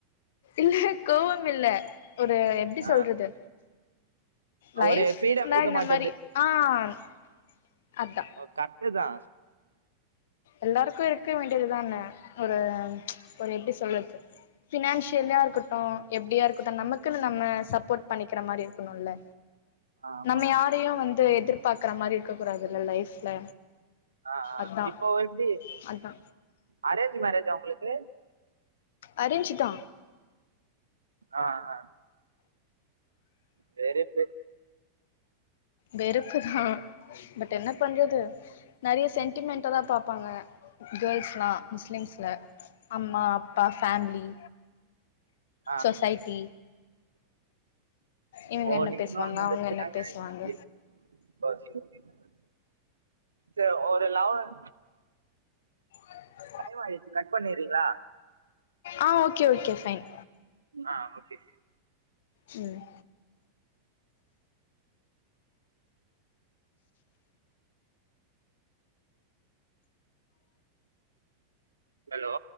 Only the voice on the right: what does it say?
ஆ
ஒரு ஃப்ரீடம்
இருக்க
மாட்டேன்து
ஓ கத்துதா
ஆ ஆமா
ஆமா
ஆ ஆ
இப்போ எப்டி
அரேஞ்சு மேரேஜா உங்களுக்கு
ஆ ஆ சேரிப்பே
ஆ
ஓ ஓ
நீங்க
இன்னு அத <inaudible>
<unintelligible>
ந்து ஒரு லெவல்
டைமாயிடுச்சு கட் பண்ணிறீங்களா
ஆ ஓகே
அலோ